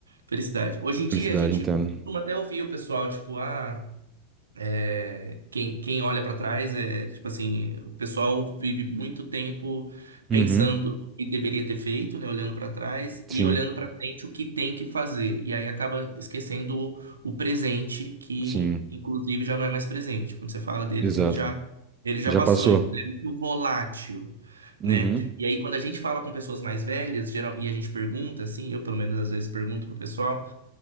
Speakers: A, on the right (about 70°); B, on the right (about 25°).
A: felicidade. Hoje em dia,
B: Felicidade,
A: a gente
B: entendo.
A: costuma até ouvir o pessoal, tipo, ah. É, quem, quem olha para trás é tipo assim, o pessoal vive muito tempo
B: Uhum.
A: pensando o que deveria ter feito, né, olhando para trás
B: Sim,
A: e olhando para frente o que tem que fazer. E aí acaba esquecendo o, o presente, que
B: sim,
A: inclusive já não é mais presente. Quando você fala deles,
B: exato.
A: ele já ele já
B: Já
A: passou,
B: passou.
A: então ele é muito volátil,
B: Uhum.
A: né? E aí quando a gente fala com pessoas mais velhas, geral, e a gente pergunta assim, eu pelo menos às vezes pergunto pro pessoal